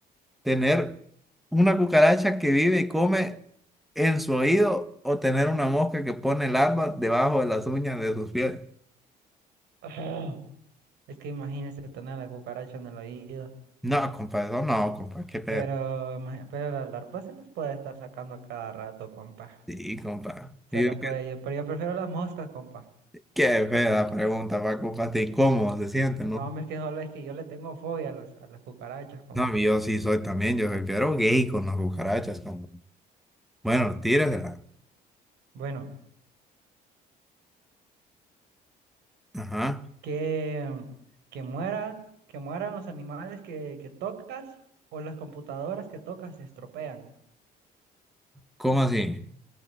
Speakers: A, in the centre; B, on the right.
A: tener una cucaracha que vive y come en su oído o tener una mosca que pone larvas debajo de las uñas de sus pies.
B: Ah, Es que imagínese tener la cucaracha en el oído.
A: No, compa, eso no, compa, qué pedo.
B: Pero, imagi- pero las larvas se las puede estar sacando a cada rato, compa.
A: Sí, compa.
B: Se
A: Y
B: las
A: yo,
B: puede
A: qué,
B: yo, pero yo prefiero las moscas, compa.
A: qué fea pregunta, pa, compa, hasta incómodo se siente,
B: No,
A: ¿no?
B: hombre, es que solo es que yo le tengo fobia a las, a las cucarachas, compa.
A: No, yo sí soy también, yo soy pero gay con las cucarachas, compa. Bueno, tíresela.
B: Bueno.
A: Ajá.
B: Que, que muera, que mueran los animales que, que tocas o las computadoras que tocas se estropean.
A: ¿Cómo así?